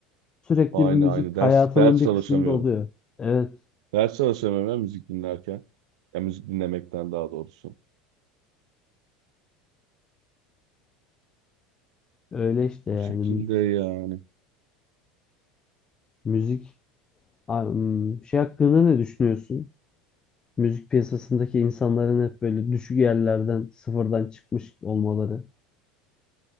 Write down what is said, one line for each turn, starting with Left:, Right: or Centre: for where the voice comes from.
Left: Sürekli
Right: Aynı
Left: bir müzik
Right: aynı
Left: hayatımın
Right: ders ders
Left: bir
Right: çalışamıyorum.
Left: kısmında oluyor. Evet
Right: Ders çalışamıyorum ya müzik dinlerken. Ya müzik dinlemekten daha doğrusu.
Left: öyle işte
Right: O
Left: yani
Right: şekilde yani.
Left: müzik. Am, Şey hakkında ne düşünüyorsun? Müzik piyasasındaki insanların hep böyle düşük yerlerden, sıfırdan çıkmış olmaları.